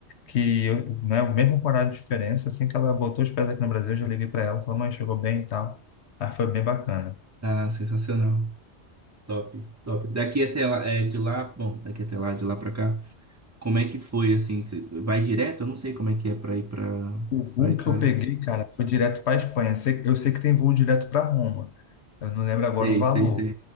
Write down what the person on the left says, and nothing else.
que eu, né, o mesmo horário de diferença, assim que ela botou os pés aqui no Brasil, eu já liguei para ela, falei, mãe, chegou bem e tal. Aí foi bem bacana.
O voo
que eu peguei, cara, foi direto para Espanha. Sei- Eu sei que tem voo direto para Roma. Eu não lembro agora
o valor.